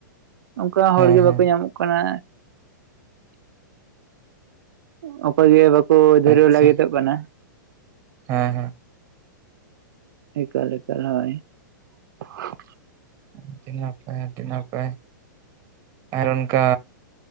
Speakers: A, on the right (about 75°); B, on the right (about 30°).
A: ᱚᱱᱠᱟ ᱦᱚᱲ
B: ᱦᱮᱸ
A: ᱜᱮ
B: ᱦᱮᱸ
A: ᱵᱟᱠᱚ ᱧᱟᱢᱚᱜ ᱠᱟᱱᱟ ᱾ ᱚᱠᱚᱭ ᱜᱮ ᱵᱟᱠᱚ ᱫᱷᱩᱨᱟᱹᱣ
B: ᱟᱪᱪᱷᱟ
A: ᱞᱟᱹᱜᱤᱫᱚᱜ ᱠᱟᱱᱟ ᱾
B: ᱦᱮᱸ ᱦᱮᱸ ᱾
A: ᱮᱠᱟᱞ ᱮᱠᱟᱞ ᱦᱳᱭ ᱾
B: ᱟᱹᱰᱤ ᱱᱟᱯᱟᱭ ᱟᱹᱰᱤ ᱱᱟᱯᱟᱭ ᱾ ᱟᱨ ᱚᱱᱠᱟ